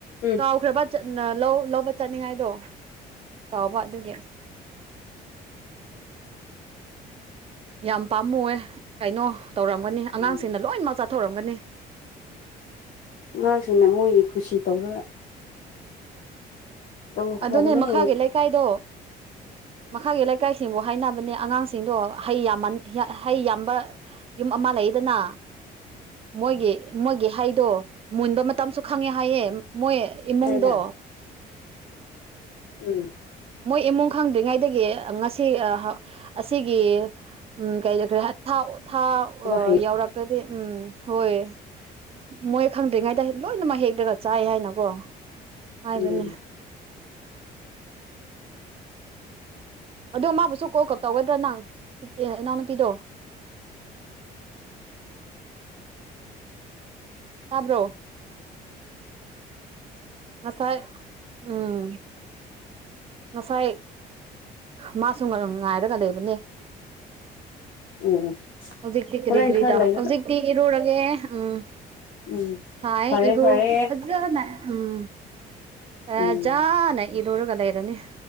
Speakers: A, on the left; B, on the right.
A: ꯎꯝ
B: ꯀꯥꯎꯈ꯭ꯔꯕ ꯆꯠ ꯅꯪ ꯂꯧ ꯂꯧꯕ ꯆꯠꯅꯤꯡꯉꯥꯏꯗꯣ ꯀꯥꯎꯕ ꯑꯗꯨꯒꯤ ꯌꯥꯝ ꯄꯥꯝꯃꯨꯋꯦ ꯀꯩꯅꯣ ꯇꯧꯔꯝꯒꯅꯤ ꯑꯉꯥꯡꯁꯤꯡꯅ
A: ꯎꯝ
B: ꯂꯣꯏꯅꯃꯛ ꯆꯥꯥꯊꯣꯔꯝꯒꯅꯤ
A: ꯑꯉꯥꯡꯁꯤꯡꯅ ꯃꯣꯏꯒꯤ ꯈꯨꯁꯤ ꯇꯧꯔꯒ ꯇꯧꯈ꯭ꯔꯕꯅꯦ
B: ꯑꯗꯨꯅꯦ ꯃꯈꯥꯒꯤ ꯂꯩꯀꯥꯏꯗꯣ ꯃꯈꯥꯒꯤ ꯂꯩꯀꯥꯏꯁꯤꯡꯕꯨ ꯍꯥꯏꯅꯕꯅꯦ ꯑꯉꯥꯡꯁꯤ ꯁꯤꯡꯗꯣ ꯍꯩ ꯌꯥꯝꯃꯟ ꯍꯩ ꯌꯥꯝꯕ ꯌꯨꯝ ꯑꯃ ꯂꯩꯗꯅ ꯃꯣꯏꯒꯤ ꯃꯣꯏꯒꯤ ꯍꯩꯗꯣ ꯃꯨꯟꯕ ꯃꯇꯝꯁꯨ ꯈꯪꯉꯦ ꯍꯥꯏꯌꯦ ꯃꯣꯏ ꯏꯃꯨꯡꯗꯣ
A: ꯍꯥꯏꯔ ꯎꯝ
B: ꯃꯣꯏ ꯏꯃꯨꯡ ꯈꯪꯗ꯭ꯔꯤꯉꯩꯗꯒꯤ ꯉꯁꯤ ꯍ ꯑꯁꯤꯒꯤ ꯎꯝ ꯀꯩ ꯂꯩꯈ꯭ꯔꯦ ꯊꯥ ꯊꯥ ꯑꯣ
A: ꯍꯩ
B: ꯌꯥꯎꯔꯛꯇ꯭ꯔꯗꯤ ꯎꯝ ꯍꯣꯏ ꯃꯣꯏ ꯈꯪꯗ꯭ꯔꯤꯉꯩꯗ ꯂꯣꯏꯅꯃꯛ ꯍꯦꯛꯂꯒ ꯆꯥꯏ ꯍꯥꯏꯅꯀꯣ ꯍꯥꯏꯕꯅꯦ
A: ꯎꯝ
B: ꯑꯗꯣ ꯃꯥꯕꯨꯁꯨ ꯀꯣꯜ ꯀ ꯇꯧꯒꯗ꯭ꯔꯥ ꯅꯪ ꯏꯆꯦ ꯏꯅꯥꯎꯅꯨꯄꯤꯗꯣ ꯇꯥꯕ꯭ꯔꯣ ꯉꯁꯥꯏ ꯎꯝ ꯉꯁꯥꯏ ꯃꯥꯁꯨ ꯉ ꯉꯥꯏꯔꯒ ꯂꯩꯕꯅꯦ
A: ꯑꯣ
B: ꯍꯧꯖꯤꯛꯇꯤ ꯀꯔꯤ
A: ꯍꯣꯔꯦꯟ
B: ꯀ꯭ꯔꯤꯗ
A: ꯈꯔ ꯂꯩꯔꯒ
B: ꯍꯧꯖꯤꯛꯇꯤ ꯏꯔꯨꯔꯒꯦ ꯎꯝ
A: ꯎꯝ
B: ꯁꯥꯏ
A: ꯐꯔꯦ
B: ꯏꯔꯨꯌꯣ
A: ꯐꯔꯦ
B: ꯐꯥꯖꯅ ꯎꯝ ꯐꯥꯖꯅ
A: ꯎꯝ
B: ꯏꯔꯨꯔꯒ ꯂꯩꯔꯅꯤ